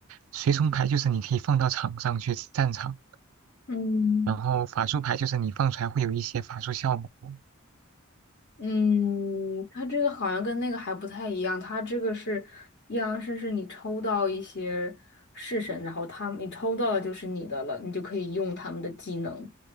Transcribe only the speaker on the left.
嗯。
嗯，它这个好像跟那个还不太一样，它这个是阴阳师，是你抽到一些式神，然后他们你抽到的就是你的了，你就可以用他们的技能，